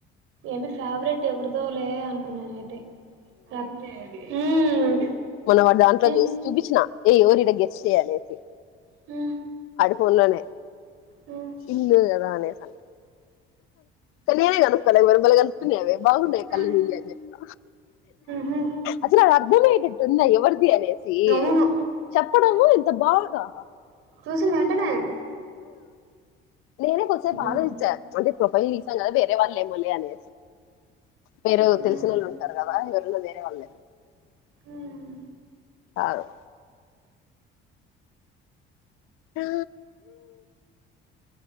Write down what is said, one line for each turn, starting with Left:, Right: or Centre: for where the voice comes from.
Right: ఎమి ఫెవరెట్ ఎవరిదో లే అనుకున్నాను అయితే సందే అది మ్మ్
Left: మనం వాడు దాంట్లో
Right: ఎస్
Left: చూసి చూపించిన ఎవరు ఈడ గెస్ చే అన్నేసి
Right: మ్మ్
Left: ఫోన్లోనే
Right: మ్మ్.
Left: ఇల్ అదనేే చల నీనే కనుక్కాల బమలు కనుక్కున్నా అవే బాగున్నాయి
Right: మ్మ్.
Left: కళ్ళునీీళ్ళ అ చెప్ప
Right: మ్మ్.
Left: అసలు అవి అర్థమేటట్టున్నాయి ది అనేసి
Right: అవును
Left: చెప్పడము బాధదా
Right: చూసిన వెంటనే
Left: నేనే కొంసేపు
Right: ఉమ్,
Left: ఆలోచించ్చా అంటే ప్రొఫైల్ తీసా కదా వేరే వాళ్ళలే మోలే అనే మీరు
Right: ఉమ్,
Left: తెలిసిన వాళ్ళు ఉంటారు కదా ఎవరినా వేరే వాళ్ళు
Right: ఉమ్.
Left: అవ్ ఆ